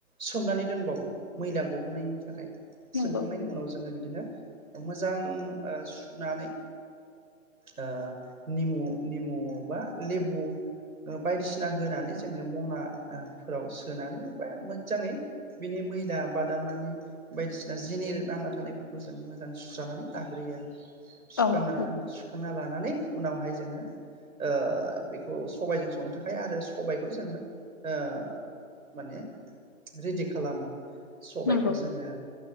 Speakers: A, on the right; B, on the left.
A: सोमनानै दोनबावो मैला गहोननायनि थाखाय
B: नंगौ
A: सोमखांनायनि
B: नंगौ
A: उनाव जोङो बिदि बिदिनो मोजां ओ सुनानै ओ निमु निमु बा लेबु ओ बायदिसिना होनानै जोङो म'ना फोराव सोनानै बा मोजाङै बिनि मैला बादामानि बायदिसिना जिनिर नांना थानायफोरखौ जों मोजां सुस्रानानै दाग्रोयो आरो सुखांना
B: औ
A: सुखांना लानानै उनावहाय जोङो ओ बेखौ सबाइजों संनो थाखाय आरो सबायखौ जोङो ऐ माने रेडि खालामो सबायखौ
B: नंगौ
A: जोङो